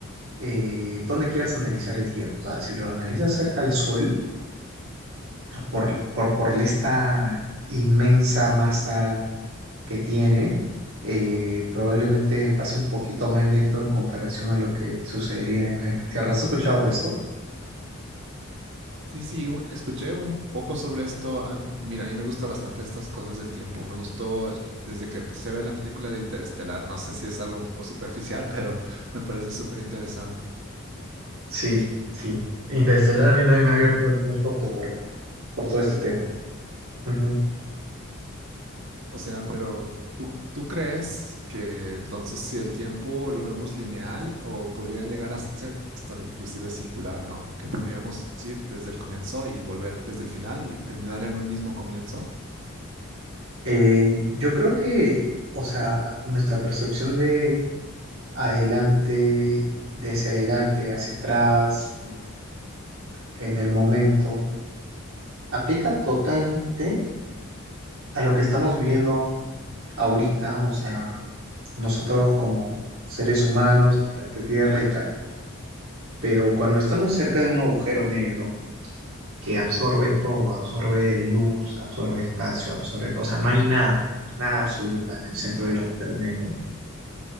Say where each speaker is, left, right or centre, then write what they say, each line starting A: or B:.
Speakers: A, on the right; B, on the right.
A: eh, dónde quieras analizar el tiempo, o sea, si lo analizas cerca al Sol, por, por, por esta inmensa masa que tiene, eh, probablemente pase un poquito más lento en comparación a lo que sucedería en el planeta Tierra. ¿Has escuchado esto?
B: Sí, sí, u- escuché un poco sobre esto. ah, Mira, a mí me gusta bastante estas cosas del tiempo. Me gustó es- desde que empecé a ver la película de Interestelar. No sé si es algo un poco superficial, <laughs> pero me parece súper interesante.
A: Sí, sí. Interestelar a mí también me ha abierto el gusto por, por todo este tema. Ujú.
B: O sea, pero ¿tú, tú crees que entonces si el tiempo lo vemos lineal o podría llegar a ser hasta inclusive circular, ¿no? Que podríamos ir desde el comienzo y volver desde el final y terminar en un mismo comienzo.
A: Eh, yo creo que, o sea, nuestra percepción de adelante, de hacia adelante, hacia atrás, eh, en el momento, aplica totalmente a lo que estamos viviendo ahorita, o sea, nosotros como seres humanos en planeta Tierra y tal. Pero cuando estamos cerca de un agujero negro que absorbe todo, absorbe luz, absorbe espacio, absorbe todo, o sea, no hay nada, nada absoluta en el centro del agujero negro.